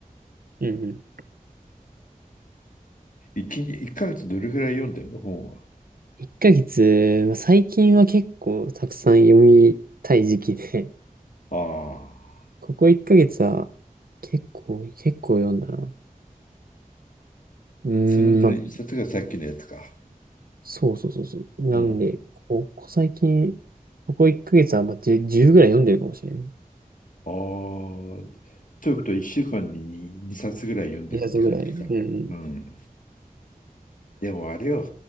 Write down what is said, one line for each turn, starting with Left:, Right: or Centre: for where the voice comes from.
Right: うん
Left: 1、一日一ヶ月どれぐらい読んでるの本は
Right: 1ヶ月、まあ最近は結構たくさん読みたい時期で、
Left: ああ
Right: ここ1ヶ月は結構、結構読んだな。うーん、
Left: そのうちの1冊がさっきのやつか
Right: まあ、そうそうそうそう。なんで、
Left: うん
Right: ここ最近、ここ1ヶ月はまあ10、じゅうぐらい読んでるかもしれない。
Left: ああということは1週間に2冊ぐらい読んでるって感じかうん
Right: 2冊ぐらい。うん、
Left: でもあれよ、